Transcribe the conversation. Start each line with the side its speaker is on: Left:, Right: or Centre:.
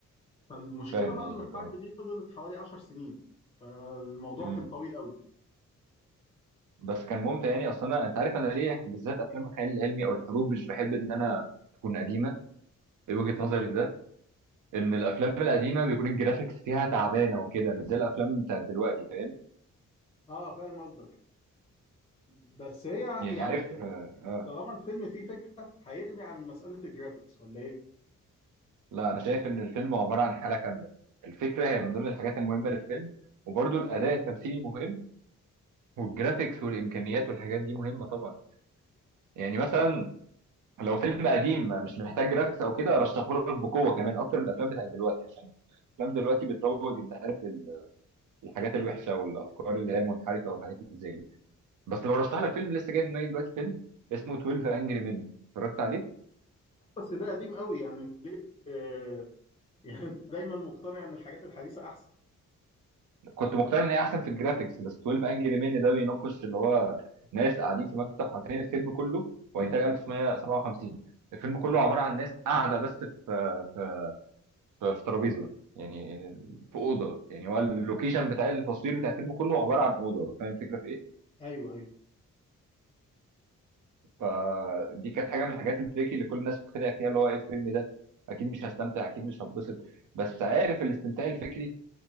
Left: فالمشكلة
Right: فاهم
Left: بقى
Right: قصدك
Left: إن الحرب
Right: اه
Left: دي فضلت حوالي عشر سنين فالموضوع
Right: امم
Left: كان طويل قوي
Right: بس كان ممتع يعني اصلا انا انت عارف انا ليه بالذات افلام الخيال العلمي او الحروب مش بحب ان انا تكون قديمه ايه وجهه نظري في ده ان الافلام القديمه بيكون الجرافيكس فيها تعبانه وكده مش زي الافلام بتاعت دلوقتي فاهم
Left: اه فاهم قصدك بس هي
Right: يعني
Left: يعني
Right: عارف آه, آه.
Left: طالما الفيلم فيه فكرة هيغني عن مسألة الجرافيكس ولا ايه؟
Right: لا انا شايف ان الفيلم عباره عن حاله كامله الفكره هي من ضمن الحاجات المهمه للفيلم وبرضه الاداء التمثيلي مهم والجرافيكس والامكانيات والحاجات دي مهمه طبعا يعني مثلا لو فيلم قديم مش محتاج جرافيكس او كده ارشحهولك بقوه كمان اكتر من الافلام بتاعت دلوقتي عشان الافلام دلوقتي بتروج انت عارف لل- للحاجات الوحشه والافكار اللي هي المنحرفه والحاجات اللي زي دي بس لو رشح لك فيلم لسه جاي في دماغي دلوقتي فيلم اسمه 12 انجري مين اتفرجت عليه
Left: بس ده قديم قوي يعني انت ليه بت- <laughs> آه، يعني انت دايما مقتنع ان الحاجات الحديثة احسن
Right: كنت مقتنع ان هي احسن في الجرافيكس بس 12 انجري مين ده بيناقش اللي هو ناس قاعدين في مكتب حرفيا الفيلم كله هو
Left: <laughs>
Right: انتاج 1957 الفيلم كله عباره عن ناس قاعده بس في في في ترابيزه يعني في اوضه يعني هو اللوكيشن بتاع التصوير بتاع الفيلم كله عباره عن اوضه فاهم الفكره في ايه؟
Left: ايوه ايوه
Right: فدي كانت حاجه من الحاجات التريكي اللي كل الناس بتتريق فيها اللي هو ايه الفيلم ده اكيد مش هستمتع اكيد مش هتبسط بس عارف الاستمتاع الفكري